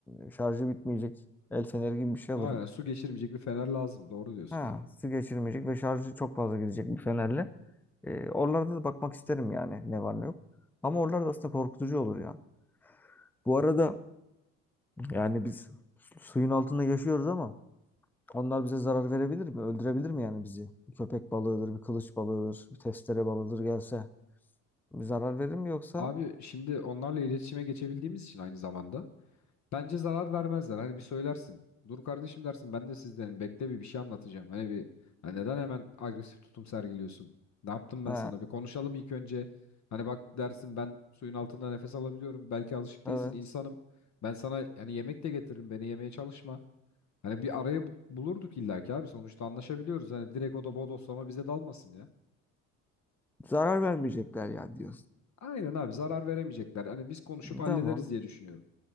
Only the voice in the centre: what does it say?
e, şarjı bitmeyecek el feneri gibi bir şey
alırım.
Ha,
su geçirmeyecek ve şarjı çok fazla gidecek bir fenerle. E, oralarda da bakmak isterim yani ne var ne yok. Ama oralarda aslında korkutucu olur ya. Bu arada yani biz suyun altında yaşıyoruz ama onlar bize zarar verebilir mi? Öldürebilir mi yani bizi? Bir köpek balığıdır, bir kılıç balığıdır, bir testere balığıdır gelse. Bir zarar verir mi yoksa?
He,
evet.
Zarar vermeyecekler yani diyorsun.
Tamam.